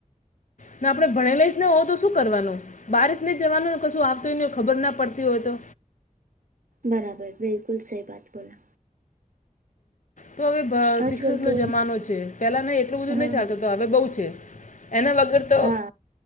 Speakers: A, on the left (about 65°); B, on the right (about 80°).
A: ને આપણે ભણેલા નો હોવ તો શું કરવાનું, બારીસ ન જવાનું કશું આવતુંય ન હોય ખબર ના પડતી હોય તો.
B: બરાબર બિલકુલ સહી બાત બોલા.
A: તો હવે ભ
B: આજકાલ
A: શિક્ષકનો
B: તો
A: જમાનો છે, પેલા ના એટલું બધું
B: હા
A: નહી ચાલતું તો હવે બહુ છે, એના વગર તો
B: હા